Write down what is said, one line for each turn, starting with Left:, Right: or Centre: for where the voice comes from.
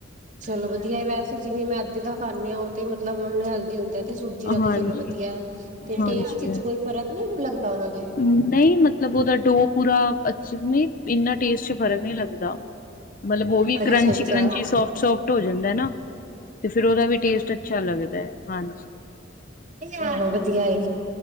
Right: ਚਲੋ ਵਧੀਆ ਵੈਸੇ ਜਿਵੇਂ ਮੈਂਦੇ ਦਾ। ਖਾਂਣੇ ਹਾਂ ਉਹ ਤੇ ਮਤਲਬ ਉਹ ਹੈਲਦੀ ਹੁੰਦੀ ਤੇ ਸੂਜੀ ਦਾ
Left: ਹਾਂਜੀ
Right: ਤੇ ਚਲੋ ਵਧੀਆ ਤੇ
Left: ਹਾਂਜੀ
Right: ਟੈਸਟ
Left: ਹੈ।
Right: ਚ ਕੋਈ ਫਰਕ ਨੀ ਲੱਗਦਾ ਉਹਨਾਂ ਦੇ,
Left: ਨਹੀਂ ਮਤਲਬ ਉਹਦਾ ਡੋ ਪੂਰਾ ਅੱਛਾ ਨਹੀਂ, ਇੰਨਾ ਟੇਸਟ ਚ ਫਰਕ ਨਹੀਂ ਲੱਗਦਾ, ਮਤਲਬ ਉਹ ਵੀ
Right: ਅੱਛਾ-ਅੱਛਾ,
Left: ਕਰੰਚੀ ਕਰੰਚੀ ਸੋਫਟ-ਸੋਫਟ ਹੋ ਜਾਂਦਾ ਨਾ, ਤੇ ਫੇਰ ਉਹਦਾ ਵੀ ਟੇਸਟ ਅੱਛਾ ਲੱਗਦਾ ਹੈ ਹਾਂਜੀ,
Right: ਆਹੋ ਵਧੀਆ ਐ।